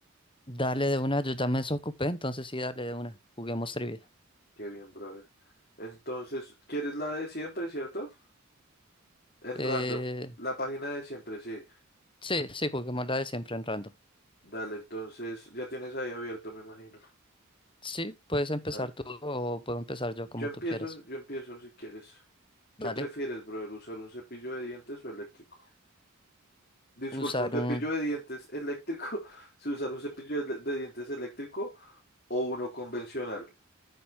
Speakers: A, on the left (about 25°); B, on the left (about 50°).
A: Dale de una, yo ya me desocupé, entonces sí, dale de una. Juguemos trivia.
B: Qué bien, brother. Entonces, ¿quieres la de siempre, cierto? En
A: Eh,
B: random. La página de siempre, sí.
A: sí, sí, juguemos la de siempre en random.
B: Dale, entonces ya tienes ahí abierto, me imagino.
A: Sí, puedes empezar
B: Dale.
A: tú o puedo empezar yo
B: Yo
A: como
B: empiezo,
A: tú quieras.
B: yo empiezo si quieres. ¿Qué
A: Dale.
B: prefieres, brother? ¿Usar un cepillo de dientes o eléctrico? Disculpa,
A: Usar
B: ¿un cepillo
A: un...
B: de dientes eléctrico? <laughs> ¿Se usar un cepillo de, de dientes eléctrico o uno convencional?